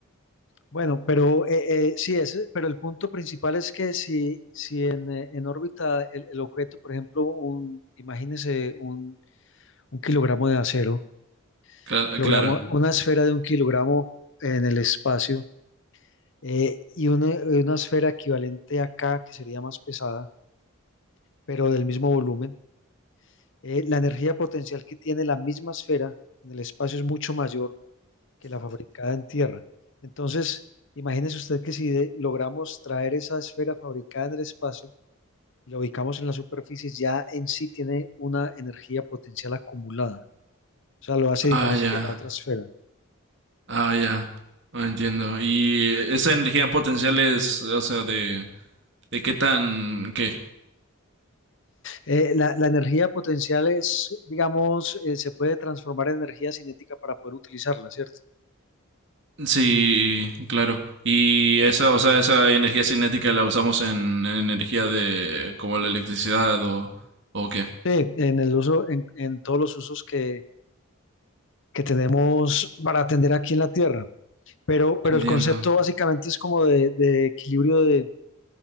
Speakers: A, on the left (about 55°); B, on the right (about 55°).
A: Bueno, pero eh, eh, sí, ese- pero el punto principal es que si, si en, eh, en órbita el, el objeto, por ejemplo, un, imagínese un un kilogramo de acero,
B: Cla-
A: kilogramo,
B: Claro.
A: una esfera de un kilogramo en el espacio eh, y una, una esfera equivalente a K, que sería más pesada, pero del mismo volumen. Eh, la energía potencial que tiene la misma esfera en el espacio es mucho mayor que la fabricada en tierra. Entonces, imagínese usted que si de- logramos traer esa esfera fabricada en el espacio y la ubicamos en la superficie, ya en sí tiene una energía potencial acumulada. O sea, lo hace diferente
B: Ah, ya.
A: a la otra esfera.
B: Ah, ya. Ah, Entiendo. Y esa energía potencial es, o sea, de, de qué tan, qué,
A: Eh, la, la energía potencial es, digamos, eh, se puede transformar en energía cinética para poder utilizarla, ¿cierto?
B: Sí, claro. Y esa, o sea, esa energía cinética la usamos en, en energía de como la electricidad o, o qué.
A: Sí, en el uso, en, en todos los usos que, que tenemos para atender aquí en la Tierra. Pero, pero
B: Entiendo.
A: el concepto básicamente es como de, de equilibrio de